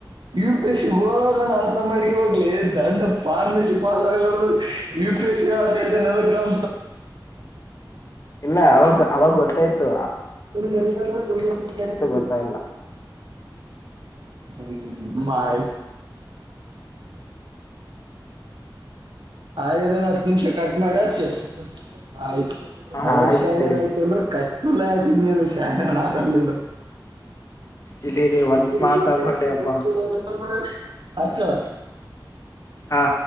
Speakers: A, on the right (about 70°); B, on the left (about 40°).
A: ಯು ಪಿ ಎಸ್ ಸಿ ಗೋರ ಅರ್ಥ ಮಾಡ್ಿಕ ಹೋಗ್ಲಿ ದಂಡ ಫಾರ್ಮಸಿ ಪಾಸ್ ಆಗ್ರದು ಯು ಪಿ ಎಸ್ ಸಿ ಆತೈತೆದ ಕ
B: ಇಲ್ಲ ಅವಾಗ ಅವಾಗ ಗೊತ್ತಾಯ್ತು
A: ಪ್ಪ ಹ
B: ಗೊತ್ತ ಅಲ್ಲ
A: ಹ ಮಾಾಯ ಆಯ್ದನ ಹತ್ತು ನಿಮಿಷ ಕಟ್ ಮಾಡಚ್ಚು ಆಯ್ತು
B: ಹಾ
A: ಅವಾಗ
B: ಆಯ್ತ್
A: ಶಣಣ
B: ತಡಿ
A: ಆಯ್ತು ಅಂದ್ರೆ ಕಚ್ಚಲೆ ಆದಗನ್ನು ಶಾನಣ್ಣ ಆಲ
B: ಇಲ್ಲಿ ಇಲ್ಲಿ ಹೊಲ್ಸ್
A: ಅಪ್ಪಿ
B: ಮಾತಾಡ್ಬಡ್ಲಿ
A: ಯುಪಿಎಸ್‌ಸಿಗ್
B: ಅಪ್ಪಾ
A: ರೆಫರ್ ಮಾಡು ಅಚ್ಚು
B: ಹಾ